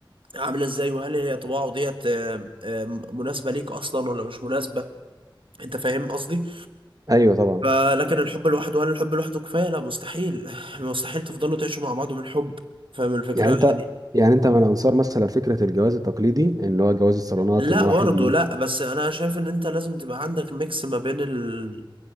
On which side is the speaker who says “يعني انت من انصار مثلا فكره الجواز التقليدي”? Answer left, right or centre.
Right